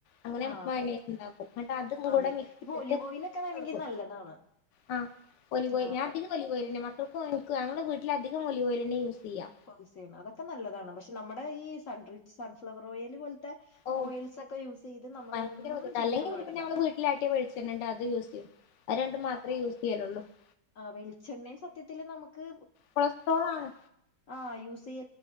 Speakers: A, on the left; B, on the left.
A: അങ്ങനെ
B: ആ
A: വനസ്ണ്ടാക്കുംട്ട് അതും
B: അതെ
A: കൂടെ മിക്കട്ട്
B: ഇപ്പൊ ഒലിവ് ഓയിലൊക്കെ ആണെങ്കിൽ
A: കൊടുക്കും
B: നല്ലതാണ്
A: ആ കൊലി കോ
B: ആ
A: ഞാ
B: പ
A: കൊലി കോോെ ഇഞങ്ങള വീട്ടിലധിക ഒലി വലെ യ സ്യ
B: യൂസ് അതൊക്കെ നല്ലതാണ് പക്ഷെ നമ്മുടെ ഈ സൺ സൺഫ്ലവർ ഓൽ
A: ഓഹ്
B: ഓയിൽസ് ഒക്കെ യൂസ് ചെയ്ത് നമ്മൾ
A: ഭയങ്കര
B: ഒന്നും
A: ബുദ്ധിമുട്ടാ
B: ചെയ്യാൻ
A: അല്ലെങ്കിൽ
B: പാടില്ല
A: പിന്നെ നമ്മള് വീട്ടിലാട്ടിയ വെളിച്ചെണ്ണണ്ട് അത് യൂസ് ചെയ്യും അത് രണ്ട് മാത്രേ യൂസ് ചെയ്യലുള്ളൂ <inaudible>
B: ആഹ വെളിച്ചെണ്ണയും സത്യത്തില് നമുക്ക്
A: കൊളസ്ട്രോൾ ആണ്
B: െ യൂസ്